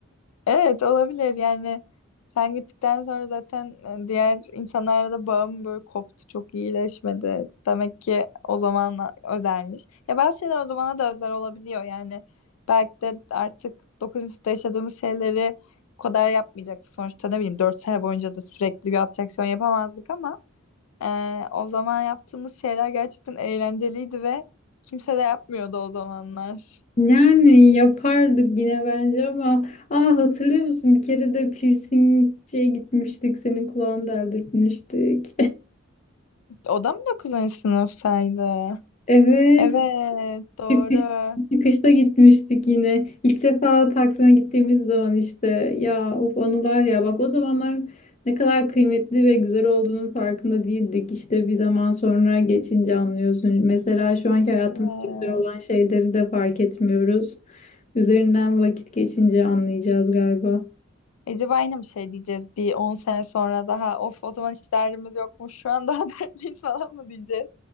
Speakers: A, on the left (about 85°); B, on the left (about 35°).
A: Evet olabilir yani sen gittikten sonra zaten e, diğer insanlarla da bağım böyle koptu çok iyileşmedi. Demek ki o zaman özelmiş. Ya bazı şeyler o zamana da özel olabiliyor yani belki de artık dokuzuncu sınıfta yaşadığımız şeyleri o kadar yapmayacaktık. Sonuçta ne bileyim 4 sene boyunca da sürekli bir atraksiyon yapamazdık ama e, o zaman yaptığımız şeyler gerçekten eğlenceliydi ve kimse de yapmıyordu o zamanlar.
B: Yani yapardık yine bence ama Aa hatırlıyor musun? Bir kere de piercingciye gitmiştik. Senin kulağını deldirtmiştik.
A: O da mı 9. sınıftaydı?
B: Evet,
A: Evet, doğru.
B: çıkış, çıkışta gitmiştik yine. İlk defa Taksim'e gittiğimiz zaman işte ya of anılar ya bak o zamanlar ne kadar kıymetli ve güzel olduğunun farkında değildik. İşte bir zaman sonra geçince anlıyorsun. Mesela şu anki hayatımızda
A: Evet.
B: güzel olan şeyleri de fark etmiyoruz. Üzerinden vakit geçince anlayacağız galiba.
A: Acaba aynı mı şey diyeceğiz bir 10 sene sonra daha of o zaman hiç derdimiz yokmuş şu an daha <laughs> dertliyiz falan mı diyeceğiz?